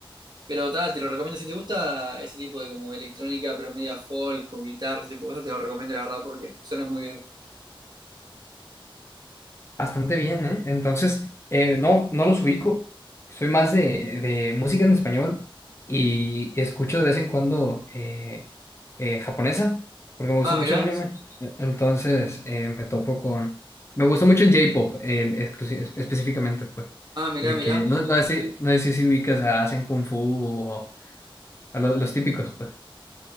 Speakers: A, on the right; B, on the left.
A: pero ta, te lo recomiendo. Si te gusta ese tipo de como electrónica, pero media folk, con guitarras ese tipo de cosas, te lo recomiendo la verdad porque suena muy bien.
B: Bastante bien, ¿eh? Entonces, eh, no, no los ubico. Soy más de, de música en español y escucho de vez en cuando eh, eh, japonesa, porque me gusta
A: Ah,
B: mucho
A: mirá,
B: el anime.
A: sí.
B: Entonces, eh, me topo con... Me gusta mucho el J-pop, el exclusi- es- específicamente, pues.
A: Ah, mirá,
B: De
A: mirá.
B: que, no, no sé, si no sé si si ubicas a Hacen Kung Fu o a lo- los, típicos, pues.